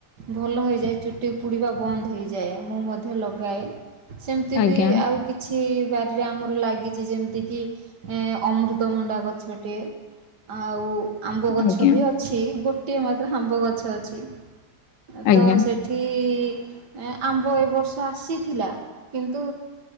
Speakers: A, on the right; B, on the left.
A: ଭଲ ହୋଇଯାଏ, ଚୁଟି ଉପୁଡ଼ିବା ବନ୍ଦ ହେଇଯାଏ। ମୁଁ ମ ଧ୍ୟ ଲଗାଏ, ସେମିତି
B: ଆଜ୍ଞା
A: ବି ଆଉ କି ଛି ବାରିରେ ଆମର ଲାଗିଚି ଯେମିତିକି ଏଁ, ଅମୃତମଣ୍ଡା ଗଛଟିଏ। ଆଉ ଆମ୍ବ ଗଛ
B: ଆଜ୍ଞା
A: ବି ଅଛି, ଗୋଟିଏ ମାତ୍ର ଆମ୍ବ ଗଛ ଅଛି। ଏ
B: ଆଜ୍ଞା
A: ତ ସେ ଠି ଏଁ, ଆମ୍ବ ଏ ବର୍ଷ ଆସିଥିଲା କିନ୍ତୁ